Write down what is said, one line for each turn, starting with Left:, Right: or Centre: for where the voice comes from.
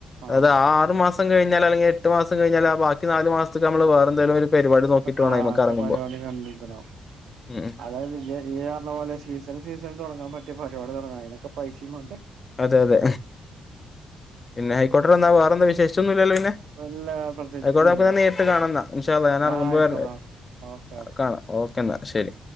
Right: ആഹ്
Left: അത് ആു മാസ മാം കഴഞ്ഞാൽ അെങ്കിൽ എട്ട്സം കഴഞ്ഞാൽ ആ ബി നാല് മാസത്ത നമ്മൾ വേറെ എന്തെലും ഒരു പരിപാടി നോക്കിട്ട് വേണം
Right: ആഹ
Left: അയ്മക്ക്
Right: ഒക്കെ
Left: എറങ്ങുമ്പോ
Right: പരിപാടി കണ്ടടാവ
Left: ഉം
Right: അതായത് ഈ പറഞ്ഞ പോലെ സീസണ സീസണ തുടങ്ങാൻ പറ്റിയ പരിപാടി തുടങ്ങാം അതിനൊക്കെ പൈസയും വേണ്ട
Left: അതെ അതെ പിന്നെ ഹൈക്കോട്ടിൽ വന്നാ വേറെന്താ വിശേഷിച്ചൊന്നുമല്ലല്ലോ െ
Right: വല്ല പ്രത്യേകിച്ചൊന്നുമില്ല
Left: അയിക്കോടെക്ക ഞാൻ നേരിട്ട് കാണന്നാ ഇഷല്ല ഞാൻ ഇറങ്ങുമ്പോ
Right: ആഹ് ആയിക്കോട്ടെ
Left: വരേ
Right: ഓക്കെ
Left: കാണാം ഓക്കെ എന്നാ ശരി